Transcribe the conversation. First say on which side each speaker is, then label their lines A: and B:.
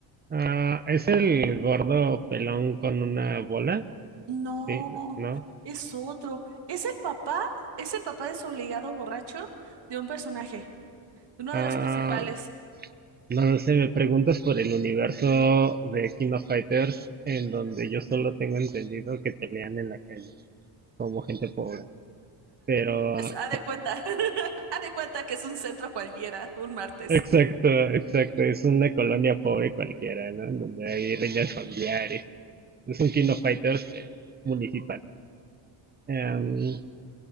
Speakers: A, on the right (about 20°); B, on the right (about 55°).
A: Ah, ¿es el gordo pelón con una bola?
B: No,
A: Sí, ¿no?
B: es otro. Es el papá, es el papá desobligado borracho de un personaje. Uno
A: Ah,
B: de los principales.
A: no lo sé, me preguntas por el universo de King of Fighters en donde yo solo tengo entendido que pelean en la calle como gente pobre. Pero
B: Pues haz de cuenta, <laughs> haz de cuenta que es un centro cualquiera, un martes.
A: Exacto, exacto. Es una colonia pobre cualquiera, ¿no? En Donde hay riñas familiares. Es un King of Fighters, pero municipal. Em,